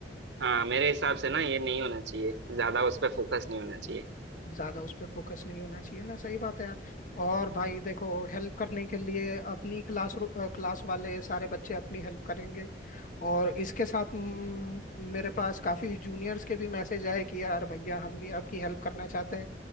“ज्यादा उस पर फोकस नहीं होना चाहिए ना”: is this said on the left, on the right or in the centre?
Left